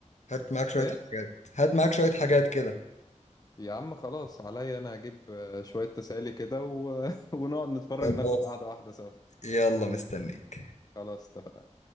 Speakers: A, on the left; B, on the left.
A: هات معاك شوية
B: ايه
A: حاجات هات معاك شوية حاجات كده
B: يا عم خلاص عليا انا اجيب آه، شوية تسالي كده و... <laughs> ونقعد نتفرج
A: خلاص
B: ناخده في قعدة واحدة سوا
A: يلا مستنيك
B: خلاص اتفقنا